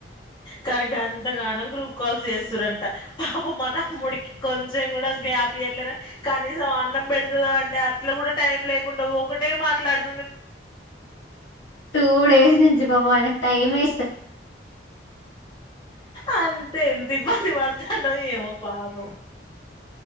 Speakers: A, on the left; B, on the left.
A: కానుక ఎంతగానో గ్రూప్ కాల్స్ చేస్తుారంట పాప మత్త తమ్ముడికి కొంచెం కూడా గ్యాప్ ఇయట్లేదు కనీసం అన్నం పెడుతుదా అంటే అట్లా కూడా టైం లేకుండా ఒటి మాట్లాడ
B: టూ డేస్ నుంచి బాబ మనకు టైం వే
A: అంతే ఎంత ఇబ్బంది వాతు డో ఏమో పాప